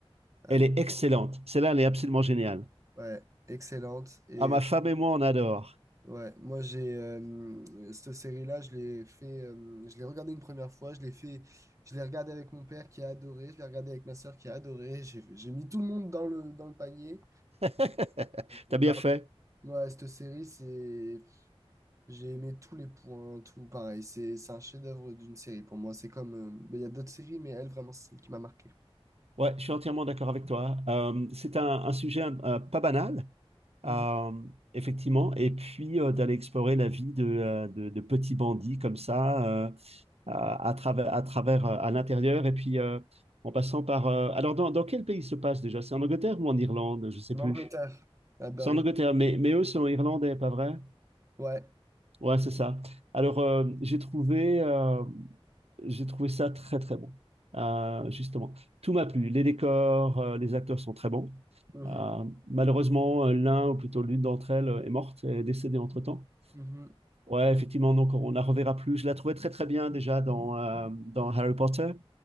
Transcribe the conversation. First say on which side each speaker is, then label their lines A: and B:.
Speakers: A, on the right; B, on the right.
A: Euh,
B: Elle est excellente. Celle-là, elle est absolument géniale.
A: ouais, excellente. Et
B: Ah, ma
A: euh,
B: femme et moi, on adore.
A: ouais, moi, j'ai euh, cette série-là, je l'ai fait, euh, je l'ai regardée une première fois, je l'ai fait, je l'ai regardée avec mon père qui a adoré, je l'ai regardée avec ma sœur qui a adoré. J'ai j'ai mis tout le monde dans le, dans le panier.
B: <laughs>
A: Bah,
B: T'as bien fait.
A: ouais, cette série, c'est, J'ai aimé tous les points, tout pareil. C'est c'est un chef-d'œuvre d'une série pour moi. C'est comme. euh, ben, Il y a d'autres séries, mais elle, vraiment, c'est celle qui m'a marqué.
B: Ouais, je suis entièrement d'accord avec toi. Euh, c'est un, un sujet euh, pas banal,
A: Mhm.
B: euh, effectivement. Et puis euh, d'aller explorer la vie de, euh, de, de petits bandits comme ça, euh, à, à travers, à travers, euh, à l'intérieur, et puis euh, en passant par. euh, Alors, dans, dans quel pays se passe déjà? C'est en Angleterre ou en Irlande? Je sais
A: En
B: plus.
A: Angleterre, à Berlin.
B: C'est en Angleterre, mais, mais eux sont irlandais, pas vrai?
A: Ouais.
B: Ouais, c'est ça. Alors, euh, j'ai trouvé. euh, j'ai trouvé ça très très bon. Euh, justement, tout m'a plu. Les décors, euh, les acteurs sont très bons.
A: Mhm.
B: Euh, malheureusement, euh, l'un ou plutôt l'une d'entre elles euh, est morte, est décédée entre-temps.
A: Mhm.
B: Ouais, effectivement, donc on la reverra plus. Je la trouvais très très bien déjà dans, euh, dans Harry Potter.